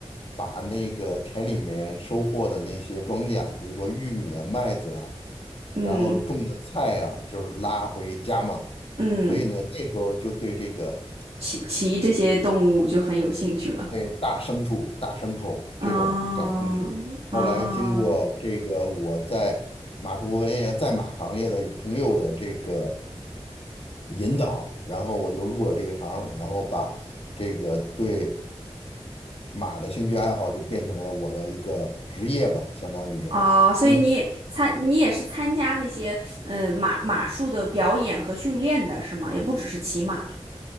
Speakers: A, on the left; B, on the right.
A: 把那个田里面收获的那些庄稼，比如说玉米啊、麦子啊，
B: 嗯
A: 然后种的菜啊，就是拉回家嘛。
B: 嗯，
A: 所以呢，那时候就对这个
B: 骑骑这些动物就很有兴趣了。
A: 这种对大牲畜、大牲口这种感兴趣。
B: 啊啊。
A: 后来经过这个我在马术和也在马行业的朋友的这个
B: 哦
A: 引导，然后我就入了这一行，然后把这个对。马的兴趣爱好就变成了我的一个职业吧，相当于，
B: 哦，所以你也参，
A: 嗯
B: 你也是参加那些嗯，马马术的表演和训练的是吗？也不只是骑马。